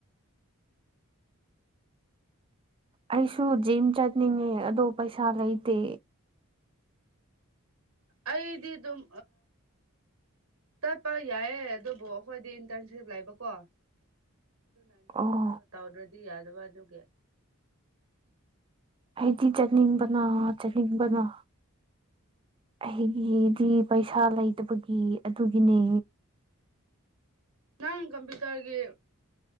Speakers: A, on the right; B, on the right.
A: ꯑꯩꯁꯨ ꯖꯤꯝ ꯆꯠꯅꯤꯡꯉꯦ ꯑꯗꯣ ꯄꯩꯁꯥ ꯂꯩꯇꯦ
B: ꯑꯩꯗꯤ ꯑꯗꯨꯝ ꯇꯠꯄ ꯌꯥꯏꯌꯦ ꯑꯗꯨꯕꯨ ꯑꯩꯈꯣꯏꯗꯤ ꯏꯟꯇꯔꯟꯁꯤꯞ ꯂꯩꯕꯀꯣ ꯑꯗꯨ <unintelligible>
A: ꯑꯣ
B: ꯇꯧꯗꯗꯤ ꯌꯥ ꯍꯋꯥꯗꯒ
A: ꯑꯩꯗꯤ ꯆꯠꯅꯤꯡꯕꯅ ꯆꯠꯅꯤꯡꯕꯅ ꯑꯩꯒꯤꯗꯤ ꯄꯩꯁꯥ ꯂꯩꯇꯕꯒꯤ ꯑꯗꯨꯒꯤꯅꯦ
B: ꯅꯪ ꯀꯝꯄ꯭ꯌꯨꯇꯔꯒꯤ